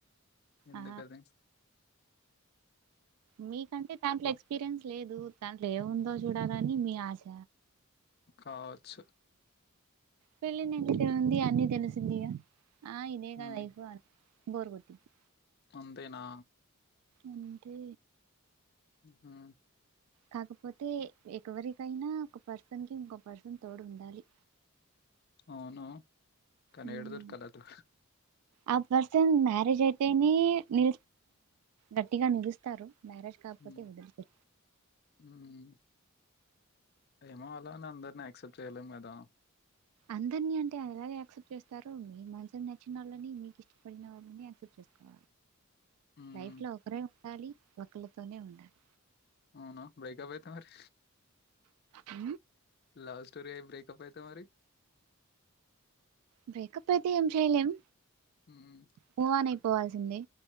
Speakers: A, on the left (about 45°); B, on the right (about 90°).
A: ఎందు
B: ఆ
A: కాది
B: మీకంటే దాంట్లో ఎక్స్పీరియన్స్ లేదు దాంట్లో ఏముందో చూడాలని మీ ఆశ
A: కావచ్చు
B: పెళ్ళి నింటి దేముంది అన్నీ తెలిసింది గా ఆ ఇదేగా
A: మ్మ్
B: లైఫ్ అని బోర్ కొట్టిద్ధి
A: అంతే నా
B: అంటే
A: హా
B: కాకపోతే ఎవరికైనా ఒక పర్సన్ కి ఇంకో పర్సన్ తోడు ఉండాలి
A: అవునా కానీ
B: ఉమ్.
A: ఏడ దొరకాలి అదృ
B: ఆ పర్సన్ మ్యారేజ్ అయితేనే ని గట్టిగా నిలుస్తారు మ్యారేజ్ కాకపోతే
A: మ్మ్
B: వదిలిరు
A: మ్మ్ ఏమో ఆలా అని అందరినీ యాక్సెప్ట్ చేయలేం కదా
B: అందరిని అంటే ఏలాగ యాక్సెప్ట్ చేస్తారు మీ మనష నచ్చిన వాళ్ళని మీకు ఇష్టపడిన వాళ్ళని ఆక్సిప్టు చేస్తా
A: మ్మ్
B: లైఫ్ లో ఒకరే ఉండాలి ఒకళతోనే ఉండాలి
A: అవునా బ్రేకప్ అయితే మరి
B: హ
A: లవ్ స్టోర ఐ బ్రేకప్ అయితే మరి
B: బ్రేకప్ అయితే ఏం చేయలేం
A: మ్మ్
B: మూవ్ ఆన్ అయిపోవల్సిందే